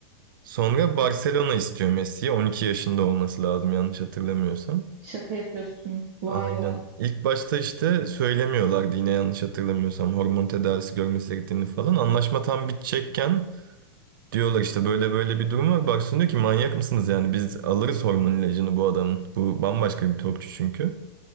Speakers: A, on the right (about 60°); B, on the right (about 30°).
A: Sonra Barcelona istiyor Messi'ye. 12 yaşında olması lazım yanlış hatırlamıyorsam.
B: Şaka yapıyorsun. Vay
A: Aynen.
B: be.
A: İlk başta işte söylemiyorlardı yine yanlış hatırlamıyorsam hormon tedavisi görmesi gerektiğini falan. Anlaşma tam bitecekken diyorlar işte böyle böyle bir durum var. Barcelona diyor ki manyak mısınız yani biz alırız hormon ilacını bu adamın. Bu bambaşka bir topçu çünkü.